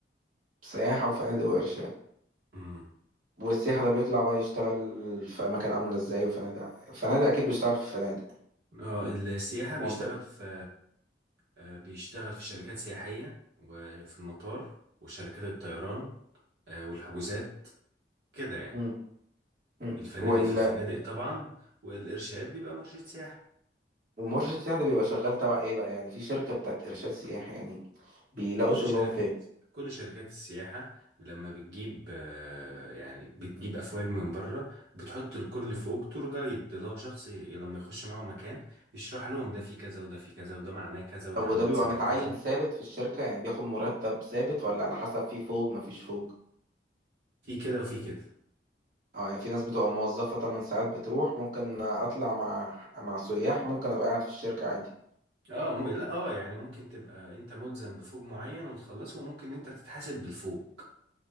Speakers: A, on the right; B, on the right.
A: سياحة وفنادق وارشاد
B: امم
A: والسياح ده بيطلع بقى يشتغل في أماكن عاملة إزاي وفنادق فنادق أكيد بيشتغل في فنادق
B: اه السياحه
A: منطق
B: بيشتغل في آه، بيشتغل في شركات سياحيه وفي المطار وشركات الطيران آه، والحجوزات كده يعني
A: مم. مم.
B: الفنادق
A: وال...
B: في الفنادق طبعا والإرشاد بيبقى مرشد سياحي
A: ومرشد السياح ده بيبقى شغال تبع إيه بقى يعني في شركة بتاعت إرشاد سياحي يعني بيلاقوا
B: كل
A: شغلهم
B: شركة
A: فين
B: كل شركات السياحة لما بتجيب آه، يعني بتجيب أفواج من بره بتحط الكل فوق تور جايد اللي هو شخص ي- لما يخش معاهم مكان يشرح لهم ده في كذا وده في كذا وده معناه كذا واتعمل
A: طب وده بيبقى
B: سنة
A: متعين
B: كذا
A: ثابت في الشركة يعني بياخد مرتب ثابت ولا على حسب في فوق مفيش فوق
B: في كده وفي كده
A: اه يعني في ناس بتبقى موظفة 8 ساعات بتروح ممكن أطلع مع مع سياح ممكن أبقى قاعد في الشركة عادي
B: اه مو لا اه يعني ممكن تبقى انت ملزم بفوج معين وتخلصه وممكن انت تتحاسب بالفوج